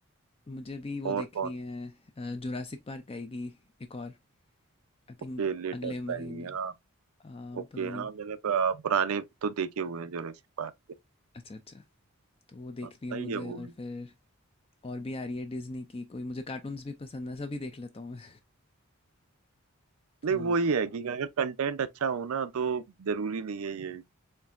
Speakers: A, on the left; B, on the right.
A: मुझे भी वो
B: और
A: देखनी
B: कौन
A: है जुरासिक पार्क आएगी एक और आई थिंक
B: ओके लेटेस्ट
A: अगले महीने
B: आई हाँ
A: अ,
B: ओके
A: पता नहीं
B: हाँ मैंने प- पुराने तो देखे हुए हैं जो ऋषि पार्क के
A: अच्छा अच्छा तो वो देखनी
B: हाँ, सही
A: है मुझे
B: है वो
A: और
B: भी।
A: फिर और भी आ रही है डिज्नी की कोई मुझे कार्टून्स भी पसंद है सभी देख लेता हूँ मैं <laughs>
B: नहीं
A: तो
B: वो ही है कि अगर कंटेंट अच्छा हो ना तो जरूरी नहीं है ये